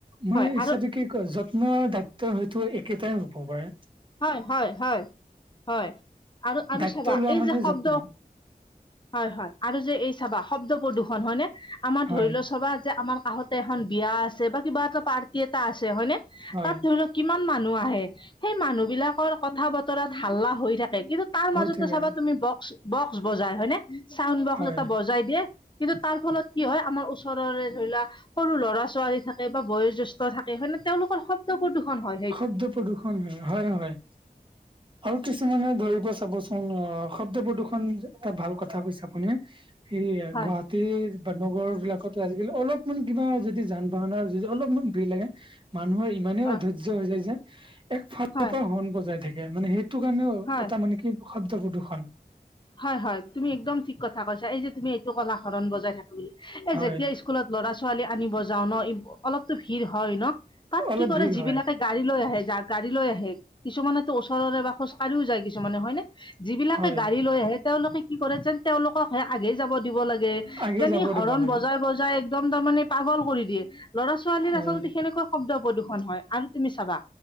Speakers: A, on the right; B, on the left.
A: মই
B: হয়
A: ইচাজে
B: আৰু
A: কি কয় যত্ যত্ন দায়িত্ব হয়তো একেটাই হ'ব পাৰে।
B: হয় হয় হয় হয় আৰু আৰু
A: দায়িত্ব
B: চাবা
A: লোৱা
B: এই
A: মানে
B: যে শব্দ
A: যত্ন
B: হয় হয় আৰু যে এই চাবা শব্দ প্ৰদূষণ হয়নে আমাৰ
A: হয়
B: ধৰি লোৱা চবা যে আমাৰ কাষত তাতে এখন বিয়া আছে বা কিবা এটা পাৰ্টি এটা আছে হয়নে
A: হয়
B: তাত ধৰি লওক কিমান মানুহ আহে সেই মানুহ বিলাকৰ কথা বতৰাত হাল্লা হৈ থাকে কিন্তু তাৰ
A: হৈ
B: মাজতে
A: থাকে
B: চাবা তুমি বক্স বক্স বজাই হয়নে চাউণ্ড বক্স
A: হয়
B: এটা বজাই দিয়ে কিন্তু তাৰ ফলত কি হয় আমাৰ ওচৰৰে ধৰি লোৱা সৰু ল'ৰা ছোৱালী থাকে বা বয়োজ্যেষ্ঠ থাকে হয় নে তেওঁলোকৰ শব শব্দ প্ৰদূষণ হয়
A: শব্দ প্ৰদূষণ হয় হয় হয়। আৰু কিছুমানে ধৰিব চাবচোন অ শব্দ প্ৰদূ্ষন এটা ভাল কথা কৈছে আপুনি সেয়া
B: হয়
A: গুৱাহাটীৰ বা নগৰ বিলাকতো আজিকালি অলপমান কিবা যদি যান বাহনৰ যি অলপমান ভিৰ লাগে মানুহৰ ইমানেই অধৰ্য
B: অ
A: হৈ যায় যে একফালৰ
B: হয়
A: পৰা হণ বজাই থাকে মানে সেইটো কাৰণেও
B: হয়
A: এটা মানে কি শব্দ প্ৰদূৰণ
B: হয় হয় তুমি একদম ঠিক কথা কৈছা এই যে তুমি এইটো কলা হৰণ বজাই থাকো বুলি এই
A: হয়
B: যেতিয়া স্কুলত ল'ৰা ছোৱালী আনিব যাও ন অলপতো ভিৰ হয় ন তাত
A: অলপ
B: কি কৰে
A: ভিৰ
B: যিবিলাকে
A: হয়
B: গাড়ী লৈ আহে যাক গাড়ী লৈ আহে কিছুমানেতো ওচৰৰে বা খোজ কাঢ়িও যায় কিছুমানে হয়নে। যিবিলাকে
A: হয়
B: গাড়ী লৈ আহে তেওঁলোকে কি কৰে যেন তেওঁলোকক সে আগেই যাব দিব লাগে।
A: আগে
B: যেন
A: যাব
B: হৰণ
A: দিব লাগে
B: বজাই বজাই একদম তাৰমানে পাগল কৰি দিয়ে লৰা ছোৱালীৰ
A: হয়
B: আচলতে সেনেকুৱা শব্দ প্ৰদূষণ হয় আৰু তুমি চাবা